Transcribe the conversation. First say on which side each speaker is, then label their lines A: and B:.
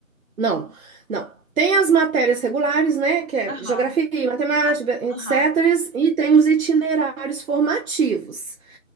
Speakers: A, on the right; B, on the right.
A: não, não. Tem as matérias regulares, né, que é
B: Aham,
A: geografia, matemática,
B: ah,
A: etc.,
B: aham.
A: e tem os itinerários formativos.